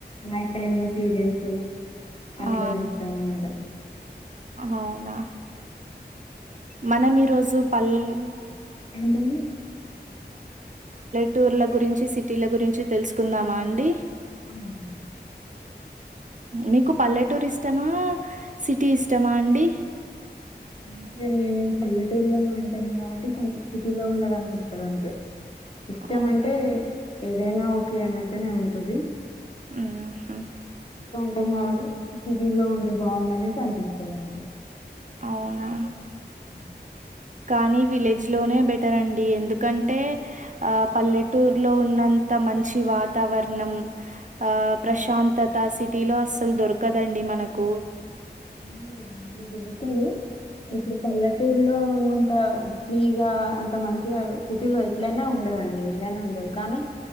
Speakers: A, on the left (about 30°); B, on the right (about 45°).
A: నైట్ టైమ్ లో సీరియల్స్ అట్లా
B: ఆ
A: చూస్తాము ఉంట
B: అవునా మనం ఈరోజు పల్లెలు
A: ఏంటండీ
B: టూర్ల గురించి సిటీల గురించి తెలుసుకుందామా అండి
A: ఆ తెలుసుకుందాం
B: మీకు పల్లెటూరు ఇష్టమా సిటీ ఇష్టమా అండి
A: అంటే మేము పల్లెటూరులోనే ఉంటాం కాబట్టి కొంచెం సిటీలో ఉండాలి అనిపిస్తది అంతే ఇష్టం
B: అవునా
A: అంటే ఏదైనా ఓకే అన్నటునే ఉంటది
B: ఆహ
A: మొత్తం కాబట్టి సిటీ లో ఉంటే బాగుండు అనేసి అనిపిస్తాది అంతే
B: అవునా
A: <inaudible>
B: కానీ విలేజ్ లోనే బెటర్ అండి ఎందుకంటే ఆ పల్లెటూరులో ఉన్నంత ఇంత మంచి వాతావరణం ఆ ప్రశాంతత సిటీలో అసలు దొరకదండి మనకు
A: అవును మేడం అవి దొరకవు ఇప్పుడు పల్లెటూరులో ఉన్నంత ఫ్రీగా అంత మంచిగా సిటీలో ఎట్లయినా ఉ ఉండదండి ఏట్లయిన ఉండదు కానీ